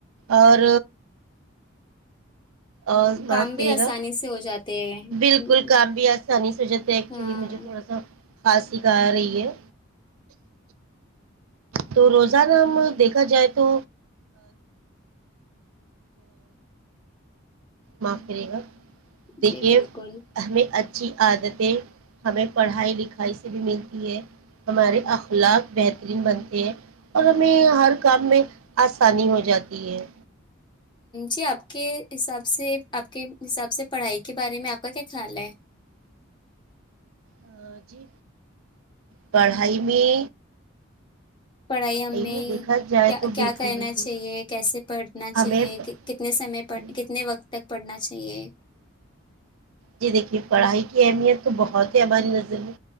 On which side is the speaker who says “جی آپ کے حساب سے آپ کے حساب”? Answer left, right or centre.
Left